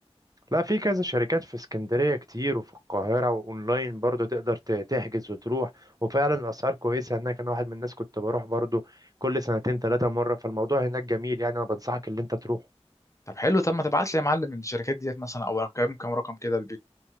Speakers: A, on the right (about 35°); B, on the left (about 30°).
A: لا في كذا شركات في اسكندرية كتير وفي القاهرة وأونلاين برضو تقدر ت- تحجز وتروح وفعلا الأسعار كويسة هناك أنا واحد من الناس كنت بروح برضو كل سنتين ثلاثة مرة فالموضوع هناك جميل يعني أنا بنصحك اللي أنت تروح
B: طب حلو طب ما تبعت لي يا معلم الشركات ديت مثلا او كام كام رقم كده